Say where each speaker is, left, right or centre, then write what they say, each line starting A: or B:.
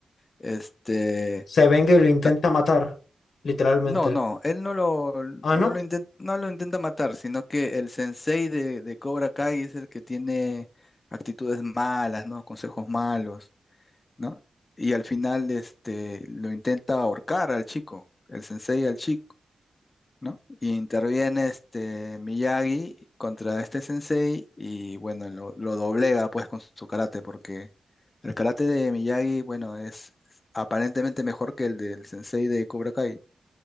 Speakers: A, on the left (about 35°); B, on the left (about 75°).
A: Este,
B: Se venga y lo intenta
A: ta-
B: matar, literalmente.
A: no, no, él no lo, no
B: Ah, ¿no?
A: lo intenta, no lo intenta matar, sino que el sensei de, de Cobra Kai es el que tiene actitudes malas, ¿no? Consejos malos, ¿no? Y al final, este, lo intenta ahorcar al chico, el sensei al chico ¿no? Y interviene este Miyagi contra este sensei y bueno, lo, lo doblega pues con su karate porque el karate de Miyagi, bueno, es aparentemente mejor que el del sensei de Cobra Kai.